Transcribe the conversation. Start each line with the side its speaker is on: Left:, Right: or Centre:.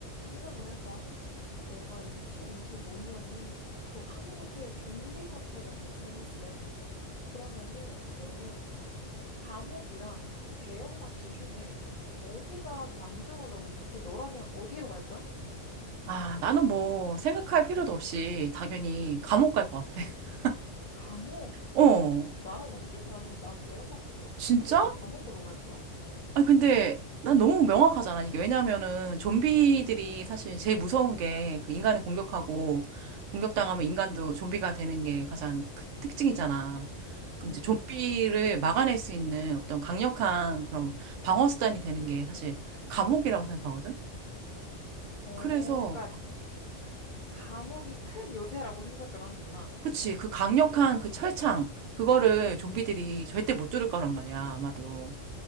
Left: 생각을 해봐. 너가 2025년에 조, 한국에 좀비 사태가 발생했어. 그러면은 너는 감옥이랑 대형마트 중에 어디가 더 안전하다고 생각해? 너라면 어디로 갈 거야?
Right: 아, 나는 뭐 생각할 필요도 없이 당연히 감옥 갈 것 같아. <laughs>
Left: 감옥.
Right: 어,
Left: 나랑 완전 다르네. 난 대형마트로 갈 거야.
Right: 진짜?
Left: 너 왜 감옥으로 갈 거야?
Right: 아, 근데 난 너무 명확하잖아. 이게 왜냐면은 좀비들이 사실 제일 무서운 게 그 인간을 공격하고 공격당하면 인간도 좀비가 되는 게 가장 그 특징이잖아. 그럼
Left: 응.
Right: 이제 좀비를 막아낼 수 있는 어떤 강력한 그런 방어 수단이 되는 게 사실 감옥이라고 생각하거든.
Left: 어,
Right: 그래서
Left: 그러니까 가- 감옥이 큰 요새라고 생각을 하는구나.
Right: 그치. 그 강력한 그 철창, 그거를 좀비들이 절대 못 뚫을 거란 말이야, 아마도.